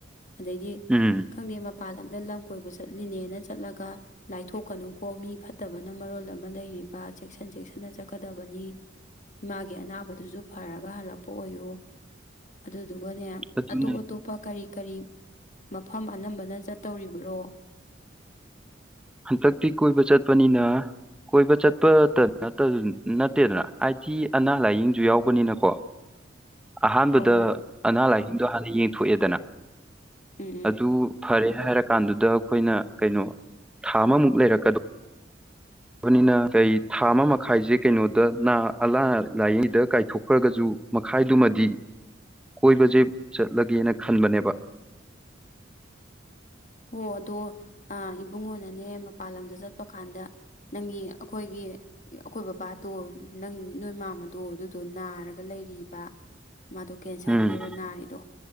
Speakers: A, on the left (about 40°); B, in the centre.
A: ꯑꯗꯩꯗꯤ
B: ꯎꯝ
A: ꯈꯪꯗꯦ ꯃꯄꯥꯟ ꯂꯝ ꯗ ꯂꯝ ꯀꯣꯏꯕ ꯆꯠꯂꯤꯅꯦꯅ ꯆꯠꯂꯒ ꯂꯥꯏꯊꯣꯛꯀꯅꯨꯀꯣ ꯃꯤ ꯐꯠꯇꯕꯅ ꯃꯔꯣꯜ ꯑꯃ ꯂꯩꯔꯤꯕ ꯆꯦꯛꯁꯤꯟ ꯆꯦꯛꯁꯤꯟꯅ ꯆꯠꯀꯗꯕꯅꯤ ꯏꯃꯥꯒꯤ ꯑꯅꯥꯕꯗꯨꯁꯨ ꯐꯔꯒ ꯍꯜꯂꯛꯄ ꯑꯣꯏꯌꯨ ꯑꯗꯨ ꯑꯗꯨꯒꯅꯦ
B: ꯑꯗꯨꯅꯦ
A: ꯑꯇꯣꯞ ꯑꯇꯣꯞꯄ ꯀꯔꯤ ꯀꯔꯤ ꯃꯐꯝ ꯑꯅꯝꯕꯅ ꯆꯠꯇꯧꯔꯤꯕ꯭ꯔꯣ
B: ꯍꯟꯗꯛꯇꯤ ꯀꯣꯏꯕ ꯆꯠꯄꯅꯤꯅ ꯀꯣꯏꯕ ꯆꯠꯄꯇ ꯅꯠꯇꯦ ꯅꯠꯇꯦꯗꯅ ꯍꯥꯏꯗꯤ ꯑꯅꯥ ꯂꯥꯏꯌꯦꯡꯁꯨ ꯌꯥꯎꯕꯅꯤꯅꯀꯣ ꯑꯍꯥꯟꯕꯗ
A: ꯍꯣꯏ ꯍꯣꯏ
B: ꯑꯅꯥ ꯂꯥꯏ ꯁꯤꯡꯗꯣ ꯍꯥꯟꯅ ꯌꯦꯡꯊꯣꯛꯑꯦꯗꯅ
A: ꯎꯝ ꯎꯝ
B: ꯑꯗꯨ ꯐꯔꯦ ꯍꯥꯏꯔ ꯀꯥꯟꯗꯨꯗ ꯑꯩꯈꯣꯏꯅ ꯀꯩꯅꯣ ꯊꯥ ꯑꯃꯃꯨꯛ ꯂꯩꯔꯛꯀꯗꯣ ꯄꯅꯤꯅ ꯀꯩ ꯊꯥ ꯑꯃ ꯃꯈꯥꯏꯁꯦ ꯀꯩꯅꯣꯗ ꯑꯅꯥ ꯂꯥꯏꯌꯦꯡꯗ ꯀꯥꯏꯊꯣꯛꯈ꯭ꯔꯒꯁꯨ ꯃꯈꯥꯏꯗꯨꯃꯗꯤ ꯀꯣꯏꯕꯁꯦ ꯆꯠꯂꯒꯦꯅ ꯈꯟꯕꯅꯦꯕ
A: ꯍꯣ ꯑꯗꯣ ꯑꯥ ꯏꯕꯨꯡꯉꯣꯅꯅꯦ ꯃꯄꯥꯟ ꯂꯝꯗ ꯆꯠꯄ ꯀꯥꯟꯗ ꯅꯪꯒꯤ ꯑꯩꯈꯣꯏꯒꯤ ꯑꯩꯈꯣꯏ ꯕꯕꯥꯗꯣ ꯅꯪ ꯅꯣꯏ ꯃꯥꯝꯃꯗꯣ ꯑꯗꯨꯗꯣ ꯅꯥꯔꯒ ꯂꯩꯔꯤꯕ ꯃꯥꯗꯣ ꯀꯦꯟꯁꯔꯅꯦꯕ
B: ꯎꯝ
A: ꯅꯥꯔꯤꯗꯣ